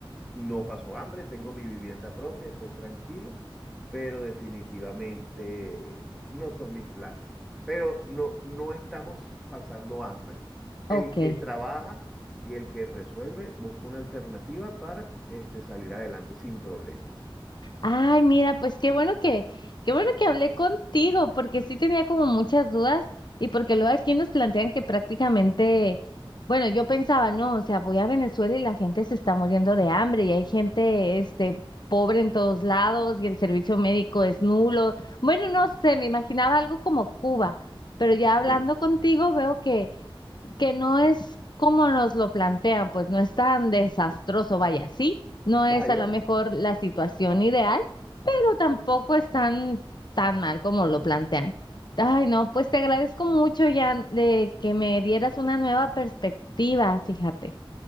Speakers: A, in the centre; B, on the left (about 55°).
A: no paso hambre, tengo mi vivienda propia, estoy tranquilo, pero definitivamente no son mis planes. Pero no, no estamos pasando hambre. El
B: Ok.
A: que trabaja y el que resuelve busca una alternativa para este, salir adelante sin problema.
B: Ay, mira, pues qué bueno que, qué bueno que hablé contigo, porque sí tenía como muchas dudas y porque luego aquí nos plantean que prácticamente, bueno, yo pensaba, no, o sea, voy a Venezuela y la gente se está muriendo de hambre y hay gente, este, pobre en todos lados y el servicio médico es nulo. Bueno, no sé, me imaginaba algo como Cuba, pero ya hablando
A: Sí,
B: contigo veo que, que no es como nos lo plantean, pues no es tan desastroso, vaya, ¿sí? No
A: vaya,
B: es a lo mejor la situación ideal, pero tampoco es tan, tan mal como lo plantean. Ay, no, pues te agradezco mucho, Jan, de que me dieras una nueva perspectiva, fíjate.